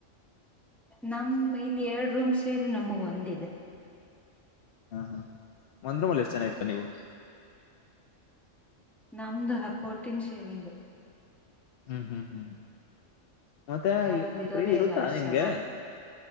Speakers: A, in the centre; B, on the left (about 60°).
A: ನಮ್ ಇಲ್ಲಿ ಎರಡು ರೂಮ್ ಸೇರಿ ನಮಗ್ ಒಂದಿದೆ
B: ಹಾ ಹಾ ಒಂದ್ರೂಮಲ್ ಎಷ್ಟು ಜನ ಇರ್ತೀರ್ ನೀವು
A: ನಮ್ದು ಪೋರ್ಟಿಂನಾ ಸೇರಿಂಗ್
B: ಹ್ಮ್ ಹ್ಮ್ ಹ್ಮ್ ಮತ್ತೆ
A: ಅದ್ರಲ್ಲಿ ಇರೋದೇ
B: ಫ್ರೀ ಇರುತ್ತಾ
A: ಎಲ್ಲಾ ಅಷ್ಟ್
B: ನಿಮ್ಗೆ
A: ಜನ